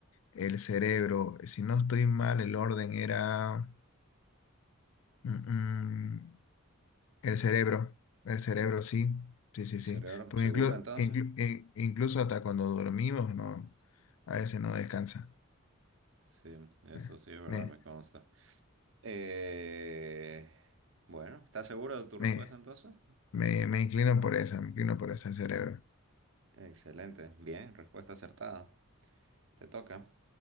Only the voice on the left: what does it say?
el cerebro, eh, si no estoy mal, el orden era mm, mm, el cerebro, el cerebro, sí, sí, sí,
sí,
porque
inclu-
inclu- in- incluso hasta cuando dormimos, no, a veces no descansa.
Eh,
Me,
me,
me, me inclino por esa, me inclino por esa, el cerebro.